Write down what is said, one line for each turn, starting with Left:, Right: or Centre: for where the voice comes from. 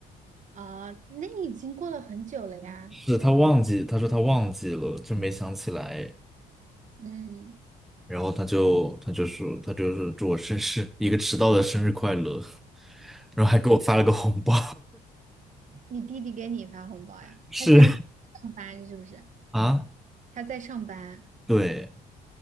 Right: 啊，那已经过了很久了呀。
Centre: 是他忘记，他说他忘记了，就没想起来。
Right: 嗯，
Centre: 然后他就他就说他就是祝我生日一个迟到的生日快乐，<laughs> 然后还给我发了个红包，
Right: 啊，你弟弟给你发红包呀？
Centre: <laughs> 是
Right: 他现在上班是不是？
Centre: <laughs> 啊，
Right: 他在上班。
Centre: 对。